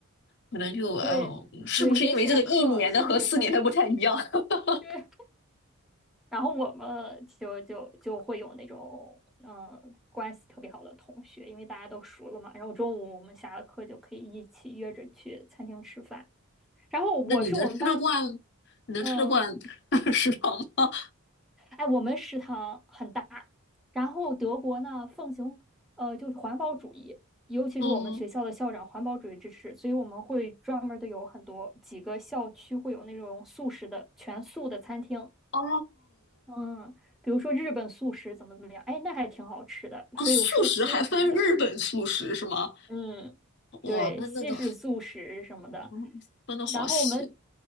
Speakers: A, on the left; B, in the centre.
A: 可能就，哎呦，
B: 对对得选课修学分，
A: 是不是因为这个一年的和四年的不太一样？<laughs>
B: 对然后我们就就就会有那种嗯、呃关系特别好的同学，因为大家都熟了嘛。然后中午我们下了课就可以一起约着去餐厅吃饭。然后我是我们班，
A: 那你能吃得惯，你能吃得惯
B: 嗯、
A: <laughs> 食堂吗？
B: 哎，我们食堂很大，然后德国呢奉行呃就是环保主义，尤其是我们学校的校长环保主义支持，
A: 嗯，
B: 所以我们会专门的有很多几个校区会有那种素食的全素的餐厅，
A: 哦，
B: 嗯，比如说日本素食怎么怎么样，哎，那还挺好吃的，
A: 哦，
B: 会有寿司什么的。
A: 素食还分日本素食是吗？
B: 嗯，
A: 哇，
B: 对，
A: 那那个
B: 西式素食什么的。
A: 嗯分的好细。
B: 然后我们